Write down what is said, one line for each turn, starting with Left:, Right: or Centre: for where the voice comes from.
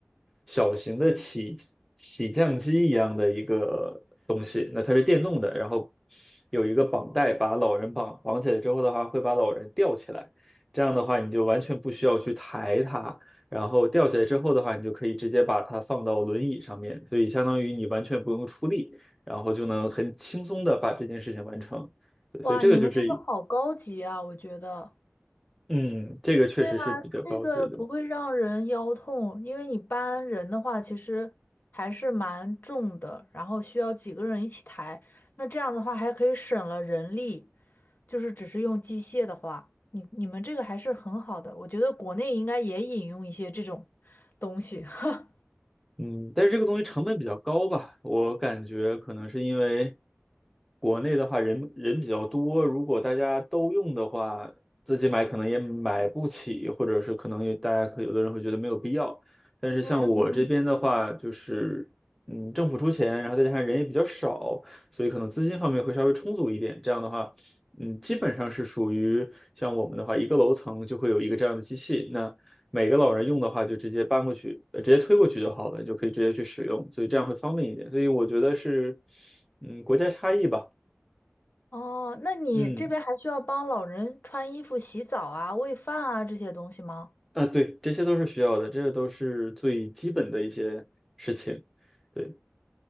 Centre: 小型的起起降机一样的一个那它是电动的，然后有一个绑带把老人绑绑起来之后的话，会把老人吊起来。这样的话，你就完全不需要去抬它，然后吊起来之后的话，你就可以直接把它放到轮椅上面，所以相当于你完全不用出力，然后就能很轻松的把这件事情完成。对所以这个就是，
Left: 哇，你们这个好高级啊，我觉得。
Centre: 嗯，这个确实是比较高级的。
Left: 对啊，这个不会让人腰痛，因为你搬人的话，其实还是蛮重的，然后需要几个人一起抬。那这样的话，还可以省了人力，就是只是用机械的话，你你们这个还是很好的。我觉得国内应该也引用一些这种东西。<laughs>
Centre: 嗯，但是这个东西成本比较高吧，我感觉可能是因为国内的话人人比较多，如果大家都用的话，自己买可能也买不起，或者是可能有大家可有的人会觉得没有必要。但是像我这边的话，
Left: 嗯嗯嗯。
Centre: 就是嗯政府出钱，然后再加上人也比较少，所以可能资金方面会稍微充足一点。这样的话，嗯，基本上是属于像我们的话，一个楼层就会有一个这样的机器，那。每个老人用的话，就直接搬过去，呃直接推过去就好了，就可以直接去使用，所以这样会方便一点。所以我觉得是，嗯，国家差异吧，
Left: 哦，那你这边还需要帮老人穿衣服、
Centre: 嗯，
Left: 洗澡啊、喂饭啊这些东西吗？
Centre: 啊，对，这些都是需要的，这些都是最基本的一些事情，对。